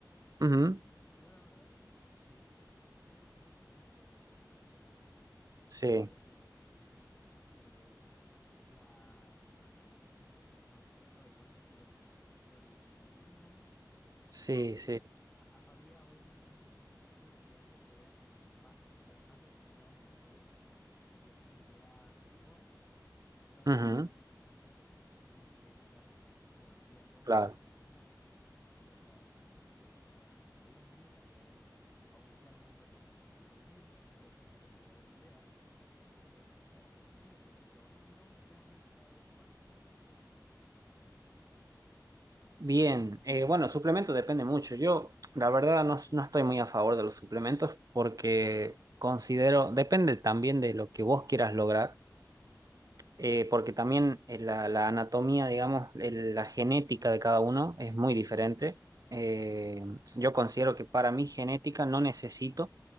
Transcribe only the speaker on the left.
eh,
yo la verdad eh, no, he- no soy mucho de, de eso, no conozco tanto,
solo sé que eh, la... Ay, no me acuerdo el nombre, clori- cloritidina.
eh,
a- a- había un, un suplemento que era como el básico, el más recomendado por todos, y que decían que era mejor si ibas
a estar entrenando pues de forma intensa con el tiempo,
como en un gimnasio. Entonces yo pensaba que bueno, si voy a estar inscribirme, la idea es aumentar un poco la intensidad de mi entrenamiento, entonces qué tal sería buena idea eh, empezar a consumirlo, pero no, no me queda muy claro cuáles son sus beneficios.